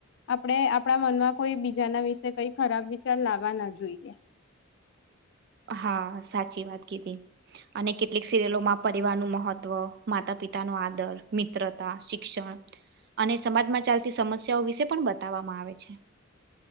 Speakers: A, on the left; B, on the right.
A: આપણે આપણા મનમાં કોઈ બીજાના વિશે કઈ ખરાબ વિચાર લાવવા ના જોઈએ
B: હા સાચી વાત કીધી અને કેટલીક સિરિયલો માં પરિવાર નું મહત્વ માતા પિતાનો આદર મિત્રતા શિક્ષણ અને સમાજમાં ચાલતી સમસ્યાઓ વિશે પણ બતાવવામાં આવે છે